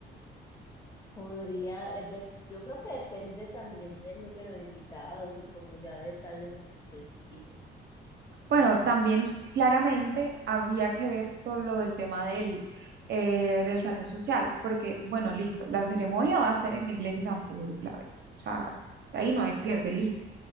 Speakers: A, on the left (about 15°); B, on the right (about 60°).
A: podría, eh, de- yo creo que depende también del número de invitados y como ya detalles más específicos.
B: Bueno, también claramente habría que ver todo lo del tema del, eh, del salón social, porque, bueno, listo, la ceremonia va a ser en la iglesia San Pedro Claver. O sea, ahí no hay pierde, listo.